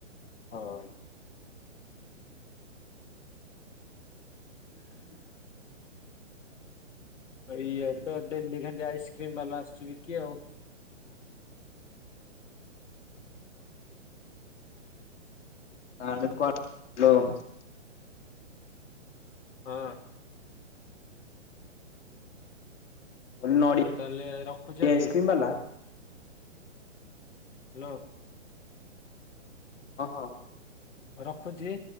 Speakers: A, on the left; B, on the left.
A: ହଁ। <inaudible> ଆ ଇଆଡେ ତ ଡେଲି ଖାଲି ଆଇସ୍କ୍ରିମ ବାଲା ଆସୁଛି ବିକି ଆଉ।
B: <unintelligible> ହ୍ୟାଲୋ।
A: ହଁ।
B: ନଡ଼ିଆ
A: ହଉ ତାହେଲେ ରଖୁଛି ହାପି?
B: ଆଇସ୍କ୍ରିମ ବାଲା
A: ହ୍ୟାଲୋ।
B: ହ ହଁ।
A: ରଖୁଛି।